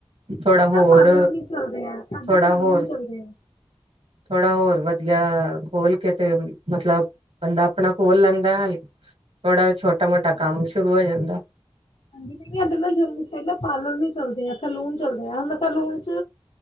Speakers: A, on the right; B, on the left.
A: ਥੋੜਾ ਹੋਰ
B: ਪਰ ਪਾਰਲਰ ਨਹੀਂ ਚਲਦੇ ਐ ਸਗੋਂ
A: ਥੋੜਾ
B: ਸੈਲੂਨ
A: ਹੋਰ
B: ਚੱਲਦੇ ਹੈ।
A: ਥੋੜਾ ਹੋਰ ਵਧੀਆ ਖੋਲ ਕੇ ਤੇ ਮਤਲਬ ਬੰਦਾ ਆਪਣਾ ਖੋਲ ਲੈਂਦਾ ਹੈ ਥੋੜਾ ਛੋਟਾ ਮੋਟਾ
B: <inaudible>
A: ਸ਼ੁਰੂ ਹੋ ਜਾਂਦਾ।
B: ਹਾਂਜੀ ਨਹੀਂ ਐਦਾਂ ਨਾ ਜੰਮੂ ਚ ਹੈ ਨਾਂ ਪਾਰਲਰ ਨੀ ਚੱਲਦੇ ਐਤ ਸੈਲੂਨ ਚੱਲਦੇ ਆਂ ਮੈਂ ਸੈਲੂਨ ਚ